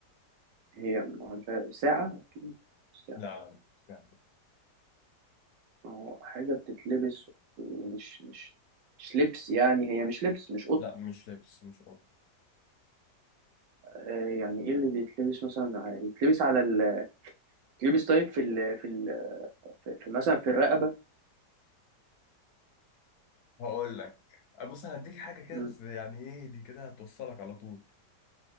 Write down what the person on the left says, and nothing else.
لا لا مش كده.
لا مش لبس مش قط
هقول لك آه، بص انا هديك حاجه كده
بس يعني ايه دي كده هتوصلك على طول